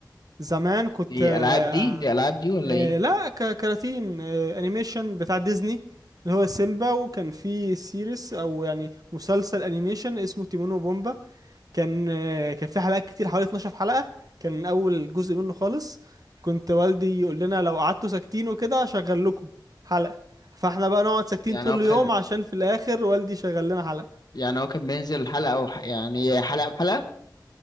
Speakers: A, on the right; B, on the left.
A: زمان كنت
B: دي
A: آه،
B: العاب دي دي العاب دي ولا
A: آه،
B: ايه
A: لا ك- كراتين آه، انيميشن بتاع ديزني اللي هو سيمبا وكان في سيريس او يعني مسلسل انيميشن اسمه تيمون وبومبا كان آه، كان في حلقات كتير حوالي 12 حلقة كان اول جزء منه خالص كنت والدي يقول لنا لو قعدتوا ساكتين وكده هشغل لكم حلقة فاحنا بقى نقعد ساكتين
B: يعني
A: طول
B: هو
A: اليوم
B: كان
A: عشان في الاخر والدي شغل لنا حلقة
B: يعني هو كان بينزل حلقة او ح... يعني حلقة بحلقة